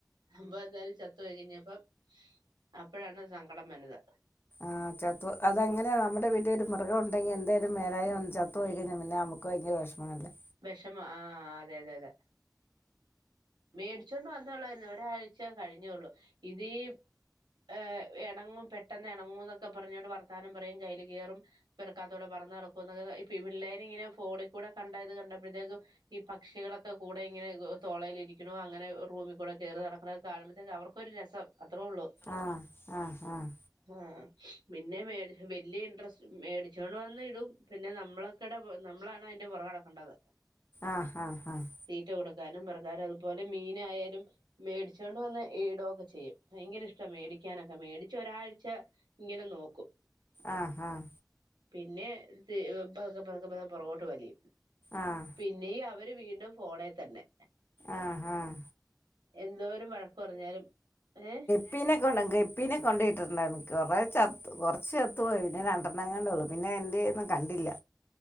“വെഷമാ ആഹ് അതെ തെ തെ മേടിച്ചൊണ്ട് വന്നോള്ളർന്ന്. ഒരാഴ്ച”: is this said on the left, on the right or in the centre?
Right